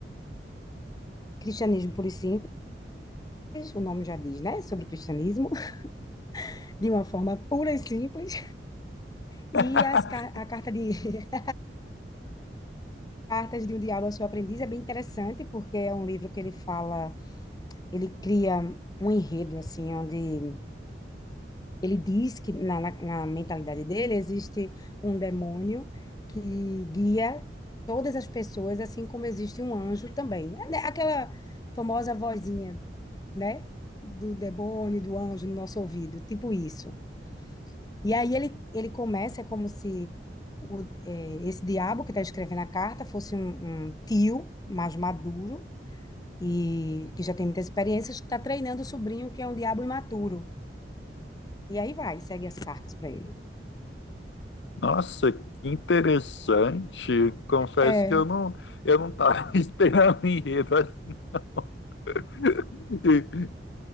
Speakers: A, on the left; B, on the left.
A: Cristianismo Puro e Simples, o nome já diz, né? Sobre o cristianismo, <laughs> de uma forma pura e simples. E
B: <laughs>
A: as, ca- a carta de <laughs> Cartas de um Diabo a Seu Aprendiz é bem interessante, porque é um livro que ele fala, ele cria um enredo, assim, onde Ele diz que na, na, na mentalidade dele existe um demônio que guia todas as pessoas, assim como existe um anjo também. É, né, Aquela famosa vozinha, né? Do demônio, do anjo no nosso ouvido, tipo isso. E aí ele, ele começa, é como se eh, esse diabo que está escrevendo a carta fosse um, um tio mais maduro e que já tem muitas experiências, que está treinando o sobrinho, que é um diabo imaturo. E aí vai, segue as cartas para ele.
B: Nossa, que interessante. Confesso
A: É.
B: que eu não, eu não estava <laughs> esperando o enredo assim. <laughs>